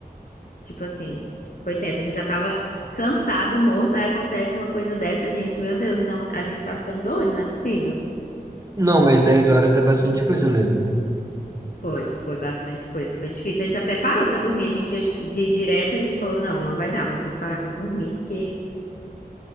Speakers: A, on the left; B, on the right.
A: Tipo assim, foi tenso. A gente já tava cansado, morto. Aí acontece uma coisa dessa, gente. Meu Deus, tam- a gente tá ficando doido, não é possível?
B: Não, mas 10 horas é bastante coisa mesmo.
A: Foi, foi bastante coisa. Foi difícil. A gente até parou pra dormir. A gente ia de direto, a gente falou: não, não vai dar, vamos ter que parar pra dormir, porque